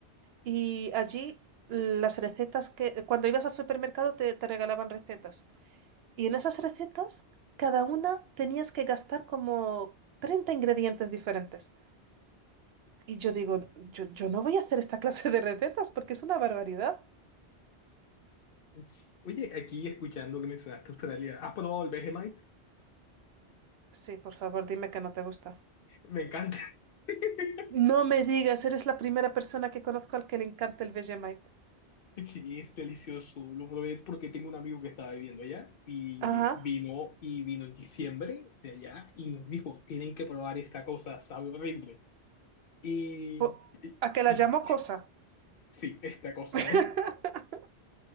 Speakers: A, on the right; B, on the left.
A: y allí las recetas que, cuando ibas al supermercado te, te regalaban recetas. Y en esas recetas, cada una tenías que gastar como 30 ingredientes diferentes. Y yo digo, yo, yo no voy a hacer esta <laughs> clase de recetas porque es una barbaridad.
B: Ups. Oye, aquí escuchando que mencionaste Australia, ¿has probado el Vegemite?
A: Sí, por favor, dime que no te gusta.
B: Me encanta. <laughs>
A: No me digas, eres la primera persona que conozco al que le encanta el Vegemite.
B: Sí, es delicioso. Lo probé porque tengo un amigo que estaba viviendo allá y
A: Ajá.
B: vino y vino en diciembre de allá y nos dijo, tienen que probar esta cosa, sabe horrible. Y,
A: po-
B: y,
A: a que la
B: y-
A: llamo cosa.
B: sí, esta cosa.
A: <laughs>
B: <laughs>